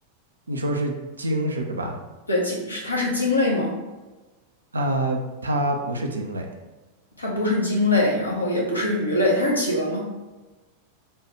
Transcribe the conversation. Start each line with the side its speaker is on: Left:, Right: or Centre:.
Right: 你说是鲸是吧？
Left: 对，鲸，它是鲸类吗？
Right: 呃，它不是鲸类，
Left: 它不是鲸类，然后也不是鱼类，它是企鹅吗？